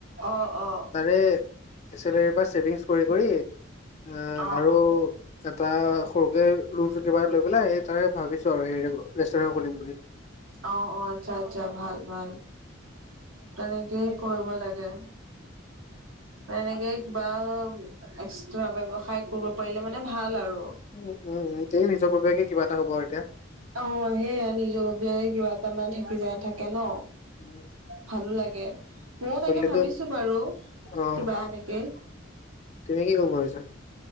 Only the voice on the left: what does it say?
তাৰে চেলেৰীৰ পৰা ছেভিংছ কৰি কৰি এই
আৰু
এটা সৰুকে ৰুম ভাৰাত লৈ পেলাই তাৰে ভাবিছো আৰু হেৰি ৰেষ্টুৰেণ্ট খুলিম বুলি।
উম উম এই নিজৰ ববিয়াকে কিবা এটা হব আৰু এতিয়া।
উম,
চলিলেতো
অ
তুমি কি কৰিম ভাবিছা।